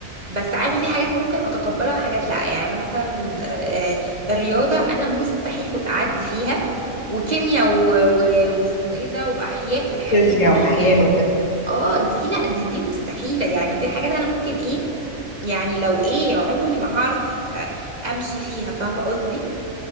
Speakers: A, on the right (about 30°); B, on the left (about 70°).
A: بس عارفة في حاجات ممكن اتقبلها وحاجات لا يعني انا مثلا آه، آه، الرياضة انا مستحيل كنت اعدي فيها وكيمياء و... و... واسمه ايه ده واحياء والحاجات
B: فيزياء
A: دي
B: واحياء وكده
A: اه دي لا دي دي مستحيلة يعني دي حاجات انا ممكن ايه يعني لو ايه عمري ما هعرف امشي فيها فاهمة قصدي؟